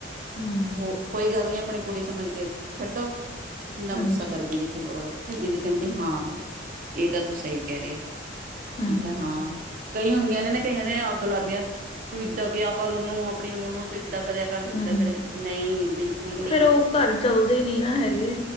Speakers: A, on the left; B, on the right.
A: ਹੂੰ,
B: ਹੋ ਕੋਈ ਗੱਲ ਨੀ, ਆਪਣੀ ਕੁੜੀ ਸਮਝ ਕੇ ਛੱਡੋ, ਇੰਨਾ
A: ਹਾਂਜੀ,
B: ਗੁੱਸਾ ਕਰਨ ਦੀ। ਲੋੜ ਆ ਫਿਰ ਦੀਦੀ ਕਹਿੰਦੀ ਹਾਂ, ਇਹ ਤਾਂ ਤੂੰ ਸਹੀ ਕਹਿ ਰਹੀ ਆ।
A: ਹੂੰ,
B: ਮੈਂ ਕਿਹਾ ਹਾਂ ਕਈ ਹੁੰਦੀਆਂ ਨੇ, ਕਈਆਂ ਨੇ ਅੱਗ ਲੱਗਦੀਆਂ ਤੂੰ ਇਦਾਂ ਕਿਹਾ ਕਰ ਉਹਨੂੰ ਆਪਣੀ ਨੂੰਹ ਨੂੰ ਤੇ ਇਦਾਂ ਕਰਿਆ। ਕਰ ਦੀਤਾ
A: ਹੂੰ।
B: ਕਰੇ ਨਹੀਂ ਬਿਲਕੁਲ ਨਹੀਂ।
A: ਫੇਰ ਉਹ ਘਰ ਚਲਦੇ ਨੀ ਨਾ ਹੈਗੇ